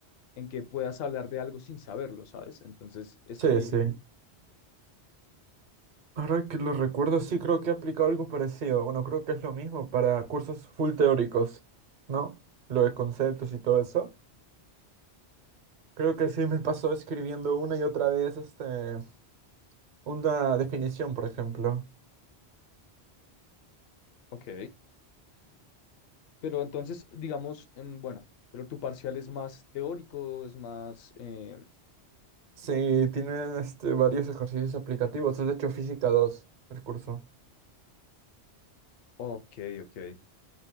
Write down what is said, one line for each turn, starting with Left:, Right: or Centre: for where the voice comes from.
Left: en que puedas hablar de algo sin saberlo, ¿sabes? Entonces es
Right: Sí,
Left: muy
Right: sí.
Left: eficiente.
Right: Ahora que lo recuerdo, sí creo que he aplicado algo parecido. Bueno, creo que es lo mismo para cursos full teóricos, ¿no? Lo de conceptos y todo eso. Creo que sí me pasó escribiendo una y otra vez este, una definición, por ejemplo.
Left: Ok, pero entonces, digamos, em, bueno, pero tu parcial es más teórico, es más... eh,
Right: Sí, tienen este, varios ejercicios aplicativos. Es de hecho física 2 el curso.
Left: ok, ok.